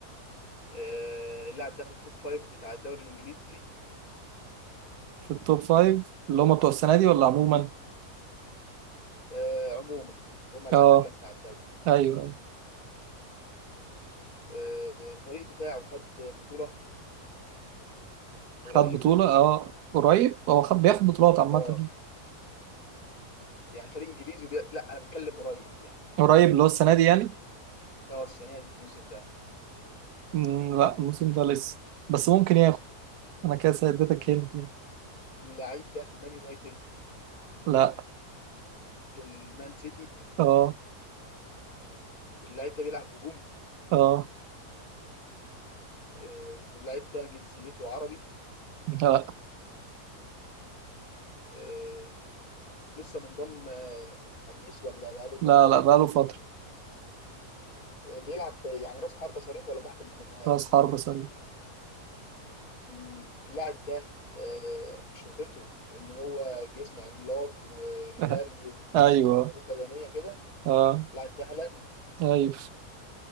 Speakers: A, on the left; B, on the right.
A: آه، اللاعب ده في التوب فايف بتاع الدوري الإنجليزي
B: في التوب فايف اللي هم بتوع السنة دي ولا عموما
A: مم. آه، عموما هم العتاولة
B: اه
A: بتاع الدوري الإنجليزي
B: أيوه
A: آه، الفريق بتاعه خد بطولة قريب
B: خد بطولة اه قريب هو خد بياخد بطولات عامة
A: اه يعني فريق إنجليزي وبي... لا أنا بتكلم قريب يعني
B: قريب اللي هو السنة دي يعني
A: اه السنة دي الموسم ده
B: مم لا الموسم ده لسه بس ممكن ياخد أنا كده اديتك هنت يعني.
A: اللاعب ده في المان يونايتد
B: لا
A: في المان سيتي
B: اه
A: اللاعب ده بيلعب هجوم
B: اه
A: آه، اللاعب ده جنسيته عربي
B: لا
A: آه، لسه منضم آه، حديث ولا بقاله فترة
B: لا لا بقاله فترة
A: آه، بيلعب يعني راس حربة صريح ولا تحت المهاجم
B: راس حرب سوري
A: مم، اللاعب ده آه، شهرته إن هو جسم عملاق وجري
B: <laughs> ايوه
A: وقوة بدنية كده
B: اه
A: اللاعب ده هالاند
B: ايوه